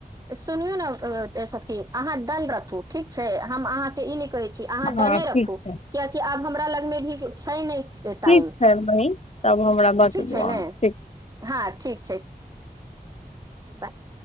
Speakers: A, on the right; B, on the left.
A: सुनियो ने सखी अहाँ डन रखू ठीक छै हम अहाँके ई नहि कहै छी छि अहाँ
B: हँ
A: डने
B: ठीक
A: रखू
B: छै
A: कियाकि आब हमरा लगमे भी छै नहि टाइम
B: ठीक छै बहिन तब हमरा बतबू
A: ठीक छै
B: अहाँ
A: ने
B: ठीक ठीक
A: हँ ठीक छै बात <inaudible>